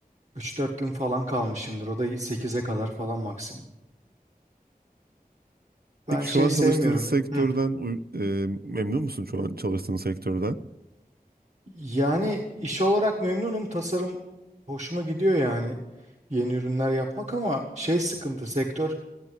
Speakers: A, on the right; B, on the right.
A: üç dört gün falan kalmışımdır. O da 8'e kadar falan maksimum. Ben
B: Peki
A: şey
B: şu an
A: sevmiyorum.
B: çalıştığınız sektörden
A: Hı.
B: uy- e, memnun musun şu an çalıştığın sektörden?
A: Yani iş olarak memnunum. Tasarım hoşuma gidiyor yani. Yeni ürünler yapmak ama şey sıkıntı sektör